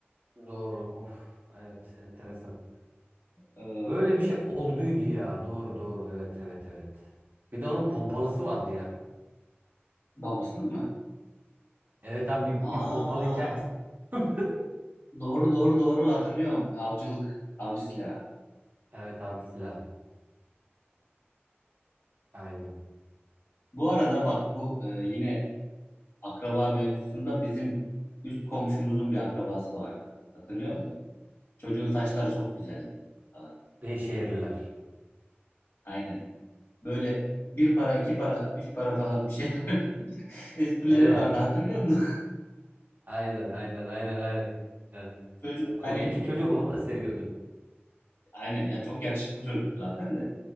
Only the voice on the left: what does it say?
Ee,
babasının mı?
Aa
Doğru doğru doğru hatırlıyorum. Avcılık, avcı silahı.
Bu arada bak bu e, yine akraba mevzusunda bizim üst komşumuzun bir akrabası vardı. Hatırlıyor musun? Çocuğun saçları çok güzeldi falan.
Aynen. Böyle bir para, iki para, üç para falan bir şey <laughs> esprileri
vardı. Hatırlıyor musun?
<laughs> Çocuk
hani
aynen ya çok yakışıklı çocuktu zaten de.